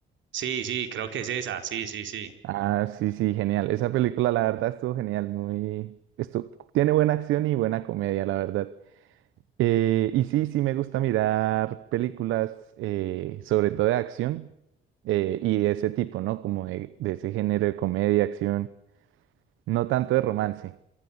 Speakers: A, on the right (about 70°); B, on the right (about 85°).
A: Sí, sí, creo que es esa, sí, sí, sí.
B: Ah, sí, sí, genial. Esa película la verdad estuvo genial, muy... estu- Tiene buena acción y buena comedia, la verdad. Eh, y sí, sí me gusta mirar películas, eh, sobre todo de acción eh, y de ese tipo, ¿no? Como de de ese género de comedia, acción, no tanto de romance.